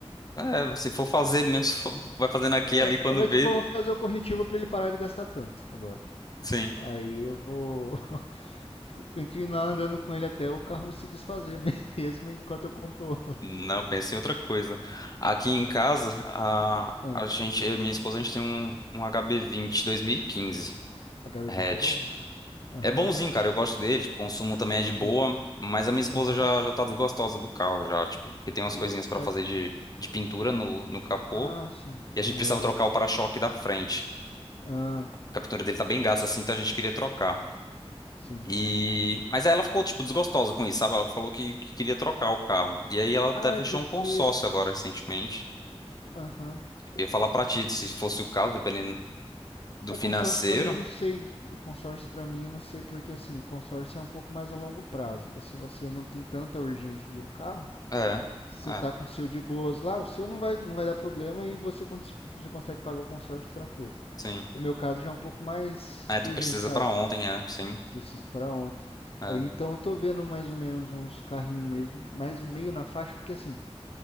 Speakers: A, on the left (about 35°); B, on the left (about 65°).
A: É, se for fazer mesmo, <laughs> se for- vai fazendo aqui
B: É,
A: e ali quando
B: mas,
A: vê,
B: tipo, eu vou fazer o corretivo pra ele parar de gastar tanto agora.
A: sim.
B: Aí eu vou <laughs> continuar andando com ele até o carro se desfazer <laughs> mesmo enquanto eu compro outro.
A: Não, pensei em outra coisa. Aqui em casa, a,
B: Ah,
A: a gente, eu e minha esposa, a gente tem um, um HB20 2015
B: HB20
A: hatch.
B: é bom. Aham,
A: É bonzinho, cara, eu gosto dele, tipo, o consumo também é de
B: sim.
A: boa, mas a minha esposa
B: Aham.
A: já, já tá desgostosa do carro já, tipo, porque tem umas
B: Ô louco,
A: coisinhas pra
B: mas.
A: fazer de, de pintura no, no capô,
B: Ah, sim.
A: e a gente
B: Funilaria.
A: precisava trocar o para-choque da frente.
B: Ah,
A: A pintura dele tá bem gasta assim, então a gente queria trocar.
B: sim.
A: E... Mas aí ela ficou, tipo, desgostosa com isso, sabe? Ela falou que, que queria trocar o carro. E aí ela até
B: Ah,
A: fechou
B: é porque.
A: um consórcio agora, recentemente.
B: Aham.
A: Eu ia falar pra ti, se fosse o caso, dependendo do
B: É
A: financeiro.
B: consórcio pra mim, eu não sei. Consórcio pra mim, eu não sei, porque assim, o consórcio é um pouco mais a longo prazo. É se você não tem tanta urgência de um carro,
A: É,
B: Você
A: é,
B: tá com o seu de boas lá, o seu não vai, não vai dar problema e você, cons- você consegue pagar o consórcio tranquilo.
A: sim.
B: O meu caso já é um pouco mais
A: É, tu
B: urgente,
A: precisa
B: sabe?
A: pra ontem, é, sim,
B: Preciso para ontem.
A: é,
B: Aí então eu tô vendo mais ou menos uns carrinhos mesmo, mas meio na faixa, porque assim,